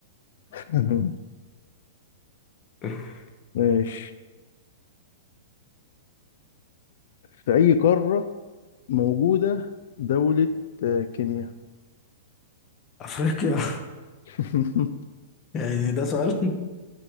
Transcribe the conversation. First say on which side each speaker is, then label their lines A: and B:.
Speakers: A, on the left; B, on the left.
A: <laughs>
B: <laughs>
A: ماشي في أي قارة موجودة دولة آه، كينيا؟
B: افريقيا
A: <laughs>
B: يعني ده سؤال <laughs>